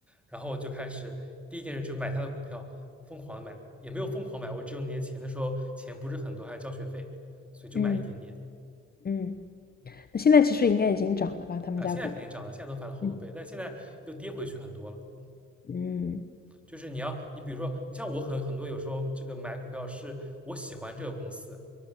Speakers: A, in the centre; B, on the left.
A: 然后我就开始第一件事就买它的股票，疯狂地买，也没有疯狂买，我只有那些钱，那时候钱不是很多，还要交学费，所以就买一点点，
B: 嗯嗯。那现在其实应该已经涨了吧？他们家股票。
A: 啊、现在肯定涨了，现在都翻了好多倍，
B: 嗯
A: 但现在又跌回去很多了，嗯。
B: 嗯。
A: 就是你要，你比如说，你像我很很多有时候这个买股票是我喜欢这个公司，